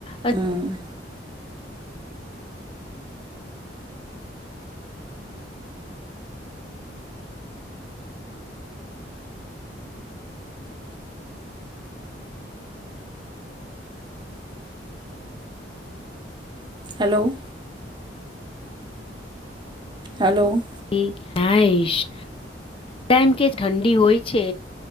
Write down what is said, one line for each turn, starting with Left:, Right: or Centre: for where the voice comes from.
Left: અ
Right: હમ હલો હલો
Left: એ હયશ એમ કે ઠંડી હોય છે